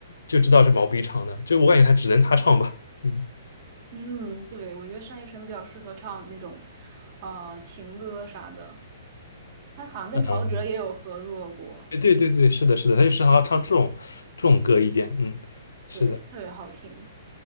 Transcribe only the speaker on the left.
就知道是毛不易唱的，就我感觉他只能他唱吧，嗯。
嗯，对对对对，是的，是的，他就适合唱这种这种歌一点，嗯，是的，